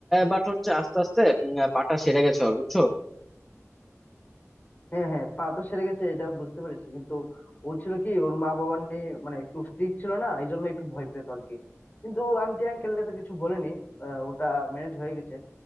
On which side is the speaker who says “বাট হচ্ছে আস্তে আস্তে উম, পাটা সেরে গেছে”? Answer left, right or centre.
Centre